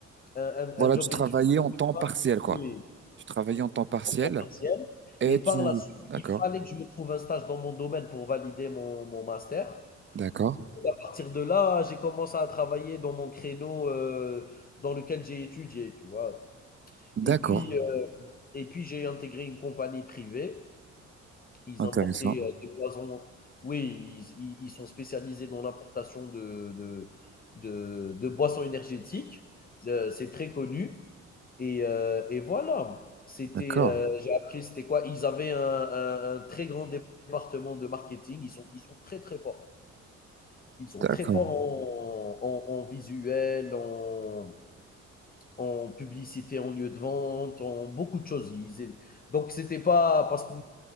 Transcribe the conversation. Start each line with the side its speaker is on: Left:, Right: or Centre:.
Left: un
Right: Voilà,
Left: un job
Right: tu travaillais
Left: étudiant,
Right: en temps
Left: tu vois?
Right: partiel, quoi.
Left: Oui,
Right: Tu travaillais en temps partiel
Left: en temps partiel
Right: et
Left: et par
Right: tu...
Left: la suite,
Right: D'accord,
Left: il fallait que je me trouve un stage dans mon domaine pour valider mon mon master.
Right: d'accord,
Left: Donc à partir de là, j'ai commencé à travailler dans mon créneau, heu, dans lequel j'ai étudié, tu vois?
Right: d'accord.
Left: Et puis, heu et puis j'ai intégré une compagnie privée Ils
Right: Intéressant.
Left: importaient euh, des poisons. Oui, ils, ils- ils sont spécialisés dans l'importation de, de, de- de boissons énergétiques. Euh, c'est très connu. Et, euh, et voilà. C'était,
Right: D'accord,
Left: euh, j'ai appris, c'était quoi? Ils avaient un, un- un très grand département de marketing. Ils sont, ils sont très, très forts. Ils sont
Right: d'accord,
Left: très forts en, en, en visuel, en, en publicité, en lieu de vente, en beaucoup de choses. Ils- Donc, c'était pas parce que